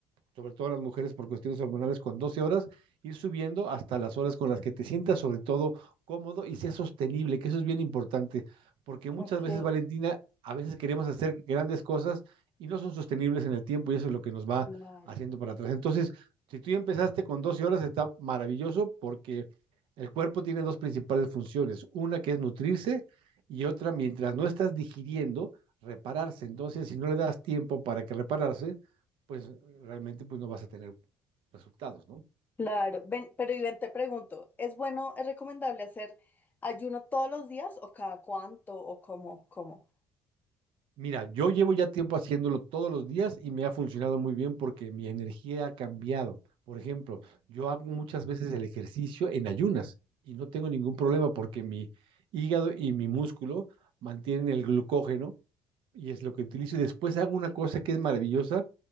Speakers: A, on the right; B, on the left.
A: sobre todo las mujeres por cuestiones hormonales, con 12 horas, ir subiendo hasta las horas con las que te sientas sobre todo cómodo y sea sostenible, que eso es bien importante, porque muchas
B: ok,
A: veces, Valentina, a veces queremos hacer grandes cosas y no son sostenibles en el tiempo y eso es lo que nos va
B: claro.
A: haciendo para atrás. Entonces, si tú ya empezaste con 12 horas, está maravilloso porque el cuerpo tiene dos principales funciones, una que es nutrirse y otra, mientras no estás digiriendo, repararse. Entonces, si no le das tiempo para que repararse, pues realmente pues no vas a tener resultados, ¿no?
B: Claro, ven, pero y ven, te pregunto, ¿es bueno, es recomendable hacer ayuno todos los días o cada cuánto o cómo, cómo?
A: Mira, yo llevo ya tiempo haciéndolo todos los días y me ha funcionado muy bien porque mi energía ha cambiado. Por ejemplo, yo hago muchas veces el ejercicio en ayunas y no tengo ningún problema porque mi hígado y mi músculo mantienen el glucógeno y es lo que utilizo. Y después hago una cosa que es maravillosa,